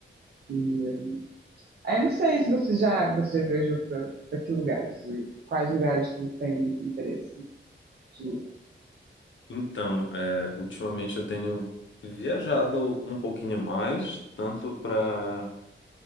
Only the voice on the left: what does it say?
Então, é, ultimamente eu tenho viajado um pouquinho mais, tanto para